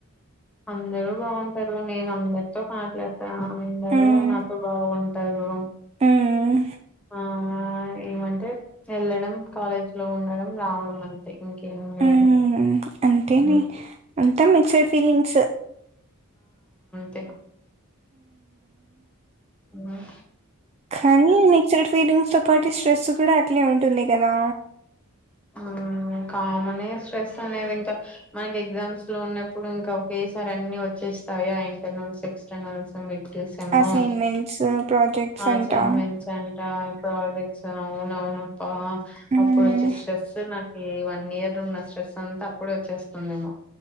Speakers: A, in the centre; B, on the right.
A: అందరూ బావుంటారు నేను అందరితో ఆట్లాడ్ ఆ అందరూ
B: ఉమ్
A: నాకు బాగుం టర్వం
B: ఉమ్
A: ఆ ఏమన్ ఎ యెళ్లడం కాలేజ్లో ఉండడం రావడం అంతే ఇంకేం లేదు
B: ఊం అంతేనే
A: మ్మ్
B: అంతా మిక్సెడ్ ఫీలింగ్స్
A: తే మ్మ్
B: ఖానీ మిక్సడ్ ఫీడింగ్స్ తొ పాటిస్ ప్ర్రెస్సు కూడా అట్లే ఉంటుంది కదా
A: ఆ కామనే స్ట్రెస్ అనేది ఇంకా మనకి ఎగ్జామ్స్ లో ఉన్నప్పుడు ఇంక ఒకేసారి అన్ని వచ్చేస్తాయా ఇంటర్నల్స్ ఎక్స్టర్నల్స్ మిడ్స కెసెమ్మోమ్
B: అసైన్మెంట్స్ ప్రాజెక్ట్స్
A: అసైన్మెంట్స్
B: అంటా
A: అంట ప్రజెక్స్ అవునవునుపా
B: ఉమ్
A: అప్పుడు వచ్చి స్ట్రెస్స నా ఈ వన్నియర్ ఉన్న స్ట్రెస్సంతా అప్పుడే వచ్చేస్తుందేమో